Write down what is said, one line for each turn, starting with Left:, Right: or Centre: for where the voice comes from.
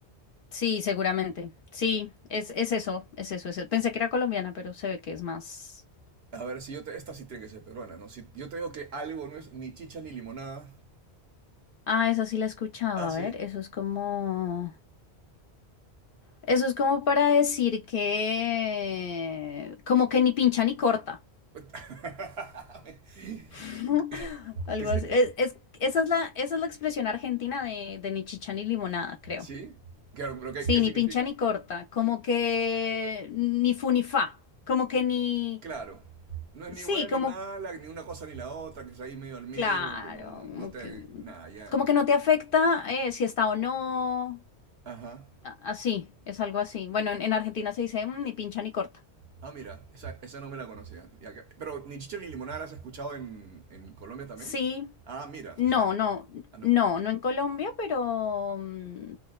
Left: Sí, seguramente. Sí, es, es eso, es eso, es eso. Pensé que era colombiana, pero se ve que es más.
Right: A ver, si yo te- esta sí tiene que ser peruana, ¿no? Si yo te digo que algo no es ni chicha ni limonada.
Left: Ah, esa sí la he escuchado.
Right: ¿Ah,
Left: A
Right: sí?
Left: ver, eso es como. Eso es como para decir que. Como que ni pincha ni corta.
Right: <laughs>
Left: <laughs> Algo
Right: ¿Qué, sí?
Left: así. Es, es- esa es la, esa es la expresión argentina de, de ni chicha ni limonada, creo.
Right: ¿Sí? Claro, pero ¿qué,
Left: Sí,
Right: qué significa?
Left: ni pincha ni corta, como que ni fu ni fa, como que ni...
Right: Claro, no es ni buena
Left: Sí,
Right: ni
Left: como,
Right: mala, ni una cosa ni la otra, que es ahí medio al medio,
Left: claro,
Right: que no,
Left: como
Right: no te...
Left: que,
Right: Nada, ya...
Left: como
Right: mm,
Left: que no te afecta eh, si está o no,
Right: Ajá.
Left: a- así, es algo así. Bueno, en, en Argentina se dice "Mm, ni pincha ni corta.
Right: Ah, mira, esa, esa no me la conocía. Y acá- Pero ni chicha ni limonada la has escuchado en, en Colombia también.
Left: Sí,
Right: Ah, mira,
Left: no,
Right: o sea...
Left: no,
Right: Ah, no.
Left: no, no en Colombia, pero mm,